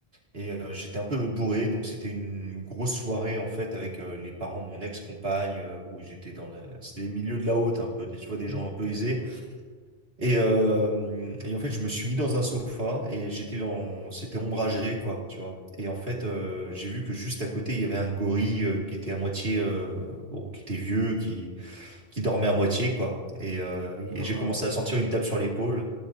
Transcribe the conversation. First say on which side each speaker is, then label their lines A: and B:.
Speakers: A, on the right (about 70°); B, on the right (about 20°).
A: et euh, j'étais un peu bourré, donc c'était une grosse soirée, en fait, avec euh, les parents de mon ex-compagne. Euh, bon, ils étaient dans la... C'était les milieux de la haute, un peu, des, tu vois, des
B: Mhm.
A: gens un peu aisés. Et, euh, et en fait, je me suis mis dans un sofa et j'étais dans, c'était ombragé, quoi, tu vois. Et en fait, euh, j'ai vu que juste à côté, il y avait un gorille euh, qui était à moitié, euh, bon, qui était vieux, qui qui dormait à moitié, quoi. Et, euh, et
B: Oh,
A: j'ai
B: wow.
A: commencé à sentir une tape sur l'épaule